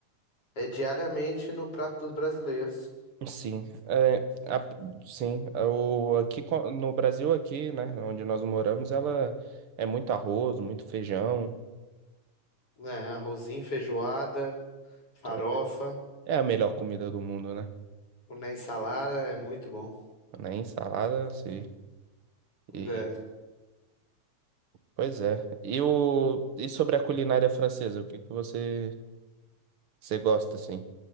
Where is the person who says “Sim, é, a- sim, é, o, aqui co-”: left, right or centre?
Right